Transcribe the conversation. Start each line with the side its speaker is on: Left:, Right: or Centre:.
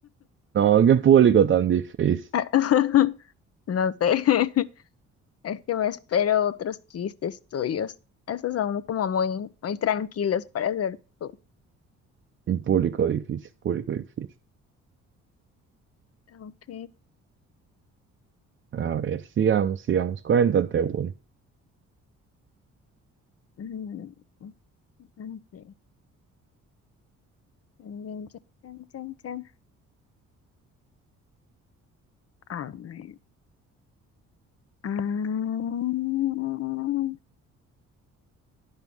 Right: No, qué público tan difícil.
Left: <laughs> No sé. <laughs> Es que me espero otros chistes tuyos. Esos son como muy, muy tranquilos para ser tú.
Right: Un Público difícil, público difícil.
Left: Ok.
Right: A ver, sigamos, sigamos. Cuéntate uno.
Left: Mm, ok. Chan, chan, chan, chan, chan. A ver. mm,